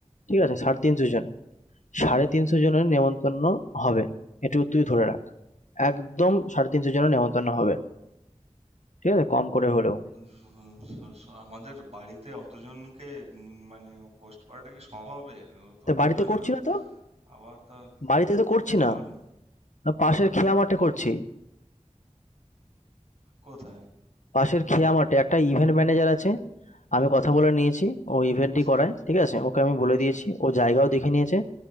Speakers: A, on the left; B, on the right.
A: ঠিক আছে সাড়ে তিনশো জন সাড়ে তিনশো জনের নেমন্তন্ন হবে এটুকু তুই ধরে রাখ একদম সাড়ে তিনশো জনের নেমন্তন্ন হবে ঠিক আছে কম করে হলেও
B: স- স- আমাদের বাড়িতে অতজনকে উম, মানে হোস্ট করাটা কি সম্ভব হবে ও তো
A: তা
B: হবে
A: বাড়িতে করছি
B: না
A: না তো
B: আবার তা
A: বাড়িতে তো করছি
B: তাহলে
A: না না পাশের খেয়া মাঠে করছি
B: কোথায়
A: পাশের খেয়া মাঠে একটা ইভেন্ট ম্যানেজার আছে। আমি কথা বলে নিয়েছি। ও ইভেন্টটি
B: আচ্ছা
A: করায়। ঠিক আছে? ওকে আমি বলে
B: আচ্ছা
A: দিয়েছি। ও জায়গাও
B: আ-
A: দেখে নিয়েছে।
B: আ-